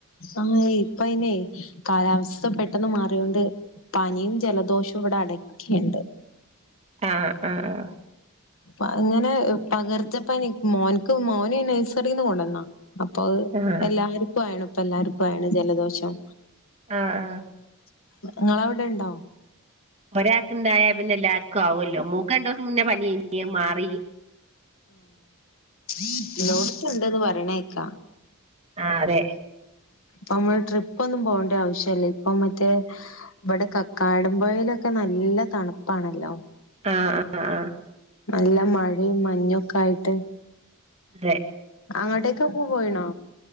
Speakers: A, on the left (about 65°); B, on the right (about 30°).
A: ആഹ ഇപ്പ അയിനെ കാലാവസ്ഥ പെട്ടെന്ന് മാറൊണ്ട് പനിയും ജലദോഷവും ഇവിടെ അടക്കിണ്ട്
B: ആഹ ആഹ് ആഹ
A: അ ഇങ്ങനെ പകർത്തപ്പനി മോനക്ക് മോന് നഴസറിന്ന് കൊണ്ടുവന്ന അപ്പൊ
B: ആഹ് ആഹ്
A: എല്ലാർക്കും ആയ്ണ് ഇപ്പ എല്ലാവർക്കും ആയി ണ് ജലദോഷം
B: ആഹ ആഹ
A: <unintelligible> നിങ്ങളവിടെ ഇണ്ടോ
B: ഒരാൾക്ക് ഇണ്ടായാ പിന്നെ എല്ലാർക്കും ആവുമല്ലോ മൂക്ക് രണ്ടു ദിവസം മുന്നേ പനായി നി. -... അഅ്മാറി
A: ഏ ലോട്ത്തുണ്ടന്ന് പറയണ ത
B: ആ അതെ
A: തമിഴ് ട്രിപ്പ് ഇപ്പൊന്നും പോകേണ്ട ആവശ്യല്ലേ ഇപ്പൊ മറ്റേ ഇവിടെ കക്കാടപഴയിലൊക്കെ നല്ല തണുപ്പാണല്ലോ
B: ആ ആ ആ
A: നല്ല മഴയും മഞ്ഞൊക്കെ ആയിട്ട്
B: തെ
A: അങ്ങോട്ടേക്കെ പോ പോയിണോ